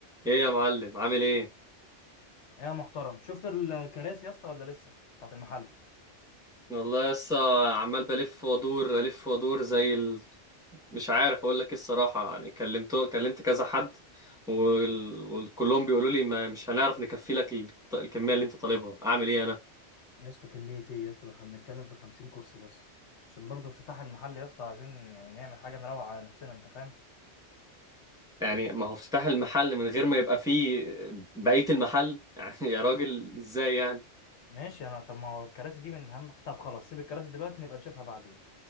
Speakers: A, in the centre; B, on the left.
A: ايه يا معلم عامل ايه
B: يا محترم شفت الكراسي يا اسطى ولا لسه بتاعت المحل
A: والله لسه عمال بلف وادور الف وادور زي ال... مش عارف اقول لك ايه الصراحه يعني كلمت كلمت كذا حد وال... وكلهم بيقولوا لي ما مش هنعرف نكفي لك ال... الكميه اللي انت طالبها اعمل ايه انا
B: يا اسطى كمية ايه يا اسطى ده احنا بنتكلم في 50 كرسي بس عشان برضه افتتاح المحل يا اسطى عايزين يعني نعمل حاجة نروق على نفسنا انت فاهم
A: يعني ما هو افتتاح المحل من غير ما يبقى فيه بقيه المحل <laughs> يعني يا راجل ازاي يعني
B: ماشي انا طب ما هو الكراسي دي من هم طب خلاص سيب الكراسي دلوقتي نبقى نشوفها بعدين